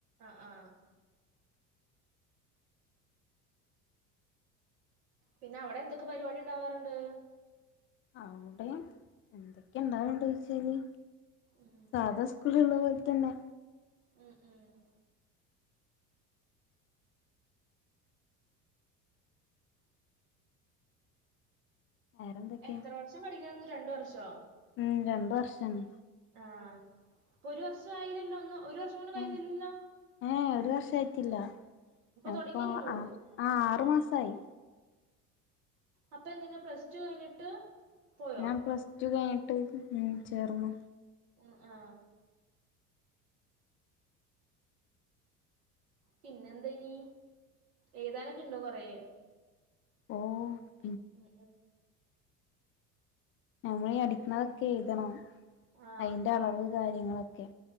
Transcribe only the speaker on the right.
ആഹ് ആഹ് പിന്നെ അവടെ എന്തൊക്കെ പരിപാടി ഉണ്ടാവാറുണ്ട്?
ഉം
ഉം, ഉം
എത്ര വർഷം പഠിക്കണംന്ന് രണ്ട് വർഷോ
ആഹ് ഇപ്പൊ ഒര് വർഷം ആയില്ലല്ലോ ഒന്ന് ഒരു വർഷം പോലും കഴിഞ്ഞില്ലല്ലോ
തുടങ്ങിയല്ലേ ഉള്ളൂ
അപ്പൊ എങ്ങനാ പ്ലസ് ടു കഴിഞ്ഞിട്ട് പോയോ
ഉം ആഹ് പിന്നെന്താ ഇനി എഴുതാനൊക്കെ ഇണ്ടോ കൊറേ
ഉം ഉം
ആ